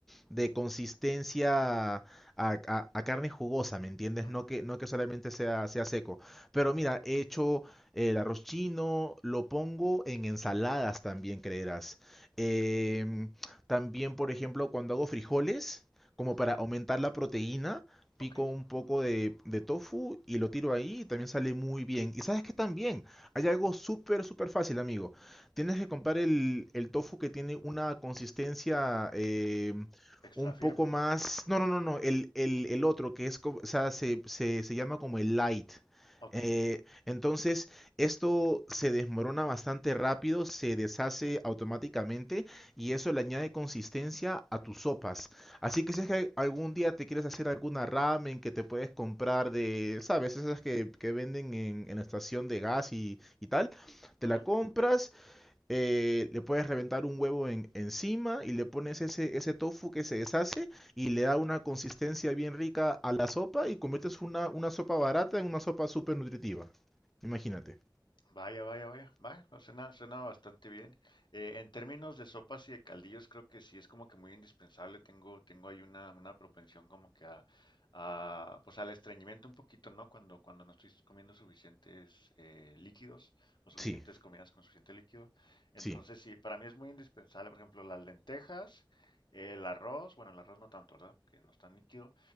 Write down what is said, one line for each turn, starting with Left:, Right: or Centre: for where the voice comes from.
Centre: de consistencia a, a- a carne jugosa, ¿me entiendes?
Left: ujú,
Centre: No que, no que solamente sea, sea seco. Pero mira, he hecho eh, el arroz chino, lo pongo en ensaladas también, creerás. Em, también, por ejemplo, cuando hago frijoles, como
Left: ujú.
Centre: para aumentar la proteína, pico
Left: Ok.
Centre: un poco de, de tofu y lo tiro ahí y también sale muy bien. Y sabes que también hay algo súper, súper fácil, amigo. Tienes que comprar el, el tofu que tiene una consistencia, em,
Left: Extra
Centre: un
Left: firme.
Centre: poco más. No, no, no, no. El, el, el otro, que es, co- o sea, se, se, se llama como el light.
Left: Ok.
Centre: Eh, entonces, esto se desmorona bastante rápido, se deshace automáticamente y eso le añade consistencia a tus sopas. Así que si es que algún día te quieres hacer alguna ramen que te puedes comprar de, ¿sabes? Esas que, que venden en, en la estación de gas y, y tal, te
Left: Ajá.
Centre: la compras eh, le puedes reventar un huevo en- encima y le pones ese, ese tofu que se deshace y le da una consistencia bien rica a la sopa y conviertes una, una sopa barata en una sopa súper nutritiva. Imagínate.
Left: Vaya, vaya, vaya. Vaya. o Suena, suena bastante bien. Eh, en términos de sopas y de caldillos, creo que sí es como que muy indispensable. Tengo, tengo ahí una, una propensión como que a, a, pues al estreñimiento un poquito, ¿no? Cuando, cuando no estoy comiendo suficientes eh, líquidos o suficientes
Centre: Sí,
Left: comidas con suficiente líquido. Entonces,
Centre: sí,
Left: sí, para mí es muy indispensable, por ejemplo, las lentejas, el arroz, bueno, el arroz no tanto, ¿verdad? Que no es tan líquido